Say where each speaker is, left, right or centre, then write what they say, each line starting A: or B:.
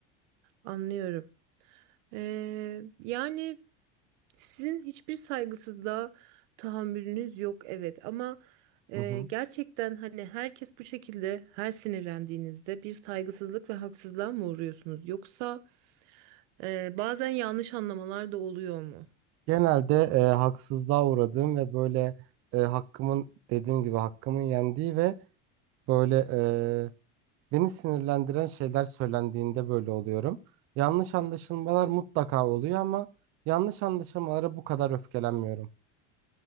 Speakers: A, on the right; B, on the right.
A: anlıyorum. E, yani sizin hiçbir saygısızlığa tahammülünüz yok, evet. Ama e,
B: Hı hı.
A: gerçekten hani herkes bu şekilde her sinirlendiğinizde bir saygısızlık ve haksızlığa mı uğruyorsunuz? Yoksa e, bazen yanlış anlamalar da oluyor mu?
B: Genelde e, haksızlığa uğradığım ve böyle e, hakkımın dediğim gibi hakkımın yendiği ve böyle e, beni sinirlendiren şeyler söylendiğinde böyle oluyorum. Yanlış anlaşılmalar mutlaka oluyor ama yanlış anlaşılmalara bu kadar öfkelenmiyorum.